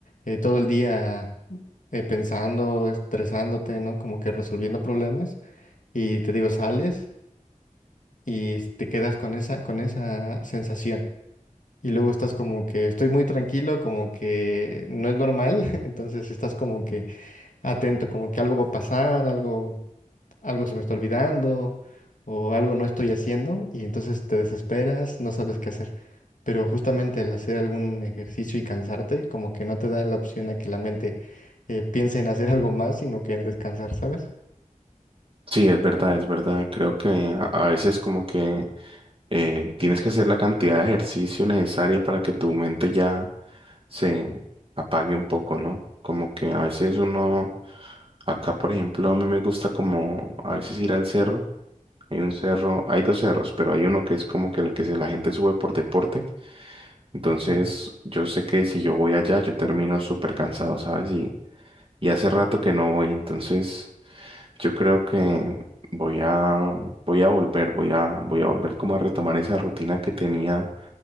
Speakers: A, on the left (about 70°); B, on the right (about 40°).
A: eh, todo el día eh, pensando, estresándote, ¿no? Como que resolviendo problemas y te digo, sales y te quedas con esa, con esa sensación. Y luego estás como que estoy muy tranquilo, como que no es normal, <laughs> entonces estás como que atento, como que algo va a pasar, algo, algo se me está olvidando o algo no estoy haciendo y entonces te desesperas, no sabes qué hacer. Pero justamente al hacer algún ejercicio y cansarte, como que no te da la opción a que la mente eh, piense en hacer algo más, sino que en descansar, ¿sabes?
B: sí, es verdad, es verdad. Creo que a, a veces como que eh, tienes que hacer la cantidad de ejercicio necesaria para que tu mente ya se apague un poco, ¿no? Como que a veces uno, acá por ejemplo, a mí me gusta como a veces ir al cerro. Hay un cerro, hay dos cerros, pero hay uno que es como que el que se- la gente sube por deporte. Entonces,
A: Ujú.
B: yo sé que si yo voy allá, yo termino súper cansado, ¿sabes? y hace rato que no voy, entonces yo creo que voy a voy a volver, voy a voy a volver como a retomar esa rutina que tenía